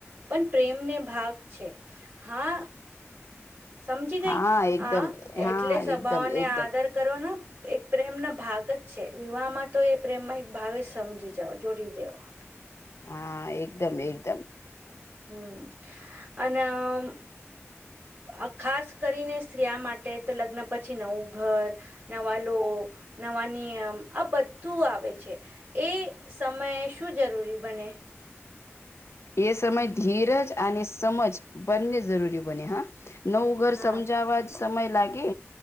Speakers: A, on the right (about 40°); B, on the left (about 65°).
A: પણ પ્રેમને ભાગ છે. હા. સમજી ગઈ
B: હા એકદમ
A: આ
B: હા
A: એટલે સભાઓને
B: એકદમ એકદમ
A: આદર કરો ના એક પ્રેમ ના ભાગ જ છે વિવાહમાં તો એ પ્રેમમાં એક ભાગ જ સમજી જાવ. જોડી દેવા.
B: હા, એકદમ એકદમ.
A: હમ્મ, અને આમ અહ ખાસ કરીને સ્ત્રીયા માટે તો લગ્ન પછી નવું ઘર નવા લો નવાની નિયમ આ બધું આવે છે એ સમયે શું જરૂરી બને.
B: એ સમય ધીરજ અને સમજ બંને જરૂરી બને હા. નવું ઘર
A: હા
B: સમજાવવા જ સમય લાગે